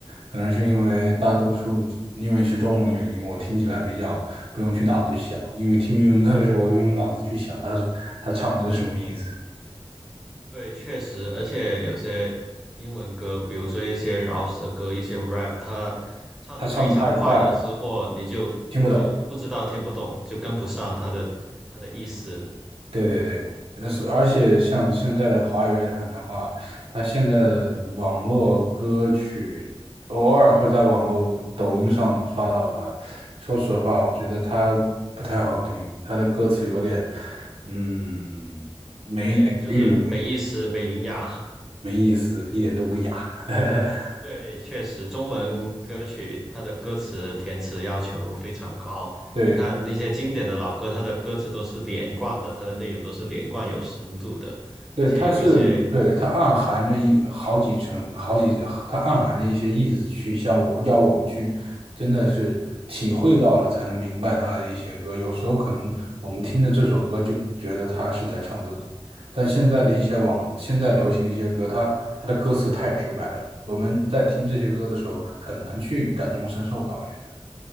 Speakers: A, on the right (about 70°); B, in the centre.
A: 可能是因为大多数因为是中文的原因，我听起来比较不用去脑子去想，因为听英文歌的时候，我用脑子去想他是他唱的是什么意思，
B: 对，确实，而且有些英文歌，比如说一些饶舌歌、一些 rap，他唱的非常快的时候，
A: 他唱的太快了，
B: 你就就不知道听不懂，
A: 听不懂。
B: 就跟不上他的他的意思，
A: 对对对，呃是而且像现在的华语乐坛的话，它现在的网络歌曲偶尔会在网络抖音上刷到吧。说实话，我觉得它不太好听，它的歌词有点，嗯，
B: 有点就是没意思、
A: 韵味
B: 没营养。
A: 没意思，一点都不雅。<laughs>
B: 对，确实，中文歌曲它的歌词填词要求非常高。
A: 对，
B: 你看那些经典的老歌，它的歌词都是连贯的，它的内容都是连贯有深度的，
A: 对，
B: 而且有一些
A: 它是对它暗含着一好几层好几，它暗含着一些意思去向我要我们去，真的是体会到了才能明白它的一些歌。有时候可能我们听着这首歌就觉得他是在唱自己，但现在的一些网现在流行的一些歌，它它的歌词太直白了，我们在听这些歌的时候很难去感同身受吧，我觉得。